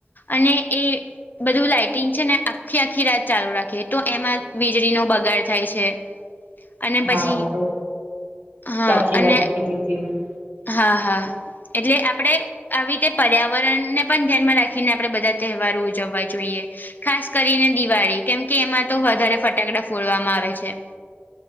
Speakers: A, on the left (about 50°); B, on the right (about 75°).
A: અને એ બધું લાઈટિંગ છે ને આખી આખી રાત ચાલુ રાખીએ તો એમાં વીજળીનો બગાડ થાય છે. અને પછી
B: હા એ તો
A: હા,
B: સાચી
A: અને
B: વાત કીધી તી મેં.
A: હા, હા. એટલે આપડે આવી રીતે પર્યાવરણને પણ ધ્યાનમાં રાખીને આપણે બધા તહેવારો ઉજવવા જોઈએ. ખાસ કરીને દિવાળી કેમ કે એમાં તો વધારે ફટાકડા ફોડવામાં આવે છે.